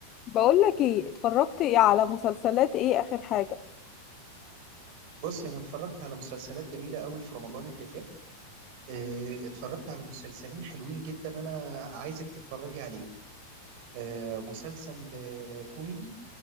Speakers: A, on the left (about 35°); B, on the right (about 45°).
A: بقول لك ايه اتفرجت ايه على مسلسلات ايه اخر حاجة
B: بصي انا اتفرجت على مسلسلات جميله قوي في رمضان اللي فات آه، اتفرجت على مسلسلين حلوين جدا انا عايزك تتفرجي عليهم آه، مسلسل آه، كوميدي